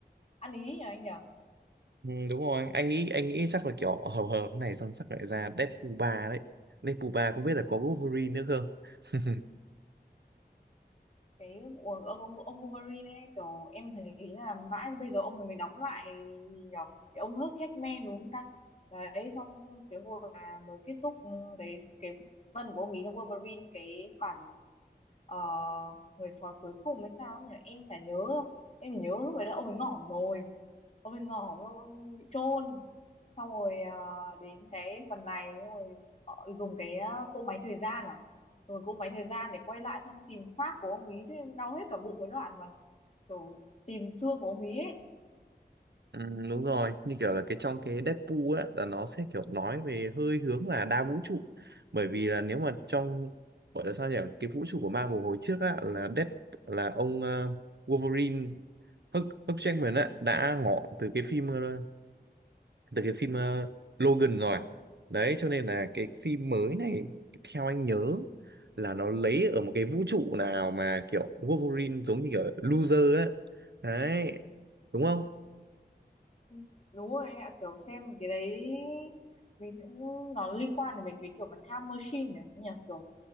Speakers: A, on the left (about 40°); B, on the right (about 75°).
A: ăn ý nhỉ anh nhỉ
B: Ừ, đúng rồi, anh nghĩ anh nghĩ chắc là kiểu hợp hợp này xong chắc lại ra Deadpool 3 đấy. Deadpool 3 không biết là có Wolverine nữa không? <laughs>
A: cái của ông ông ông Wolverine ấy kiểu em thấy là mãi bây giờ ông mình mới đóng lại gì nhở cái ông hớt checkman đúng không ta đấy xong cái hồi mà mới kết thúc ừ, cái cái phần của ông ấy trong Wolverine cái bản ờ, người sói cuối cùng hay sao ấy nhỉ em chả nhớ đâu. em chỉ nhớ lúc đấy là ông ấy ngỏm rồi ông ấy ngỏm ông, ông bị chôn xong rồi à, đến cái phần này xong rồi ờ, dùng cái à, cỗ máy thời gian à rồi cỗ máy thời gian để quay lại xong tìm xác của ông ý chứ em đau hết cả bụng cái đoạn mà kiểu tìm xương của ông ý ấy
B: Ừ, đúng rồi như kiểu là cái trong cái Deadpool á là nó sẽ kiểu nói về hơi hướng là đa vũ trụ bởi vì là nếu mà trong gọi là sao nhỉ cái vũ trụ của Marvel hồi trước á là Dead là ông ờ, Wolverine Hugh, Hugh Jackman á đã ngỏ từ cái phim ờ, từ cái phim ờ, Logan rồi đấy cho nên là cái phim mới này theo anh nhớ là nó lấy ở một cái vũ trụ nào mà kiểu Wolverine giống như kiểu loser á đấy đúng không
A: Ừ, đúng rồi ạ kiểu xem cái đấy mình sẽ nó liên quan đến mấy cái kiểu mà time machine nhỉ nhỉ kiểu